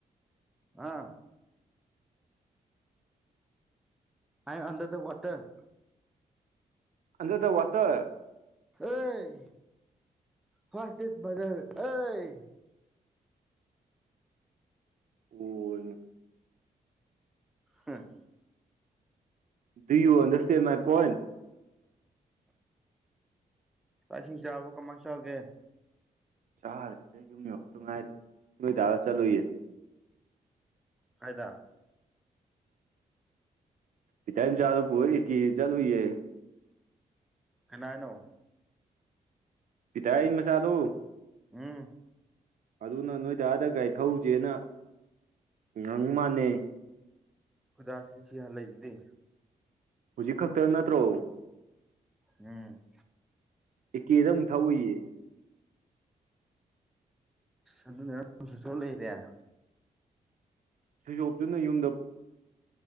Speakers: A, in the centre; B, on the right.
A: ꯑꯥ ꯑꯥꯏ ꯑꯟꯗꯔ ꯗ ꯋꯥꯇꯔ
B: ꯑꯟꯗꯗ ꯋꯥꯠꯇ
A: ꯑꯩ ꯍꯁꯦꯠꯖꯔ ꯑꯩ
B: ꯑꯣ
A: ꯍꯥꯝ
B: ꯗꯤ ꯌꯨꯟ ꯗꯁꯇ ꯃꯥꯏ ꯄꯣꯏꯟ
A: ꯏꯥꯛ ꯏꯁꯤꯡ ꯆꯥꯕ ꯀꯃꯥꯏꯅ ꯇꯧꯒꯦ
B: ꯆꯥꯗ꯭ꯔꯦꯗ ꯌꯨꯝ ꯌꯎꯛꯇ ꯉꯥꯏꯔꯤꯦꯅ ꯅꯣꯏ ꯇꯔꯒ ꯆꯠꯂꯨꯏꯌꯦ
A: ꯐꯥꯏꯗ
B: ꯏ ꯇꯝ ꯆꯥꯔꯨꯕꯨ ꯑꯣꯏ ꯀ ꯆꯠꯨꯌꯦ
A: ꯅꯥꯥꯏꯅꯣ
B: ꯄꯤꯇ ꯃꯆꯥꯥꯗꯨ
A: ꯎꯝ
B: ꯑꯗꯨꯅ ꯅꯣꯏꯗꯗ ꯒꯥꯥꯏ ꯊꯧꯁꯦꯅ ꯉꯪ ꯃꯥꯥꯟꯅ
A: ꯈꯨꯗꯥꯛꯁꯤꯗꯤ ꯁꯤꯍꯥꯟ ꯂꯩꯁꯤꯗꯤ
B: ꯍꯧꯖꯤꯛ ꯈꯛꯇ ꯅꯠꯇ꯭ꯔꯣ
A: ꯎꯝ
B: ꯑꯦꯀꯦꯗ ꯑꯃꯨꯛ ꯊꯛꯎꯏꯌꯦ
A: ꯑꯗꯨꯅꯦ ꯁ ꯂꯩꯔꯦ
B: ꯁꯨꯖꯣꯞꯇꯨꯅ ꯌꯨꯝꯗ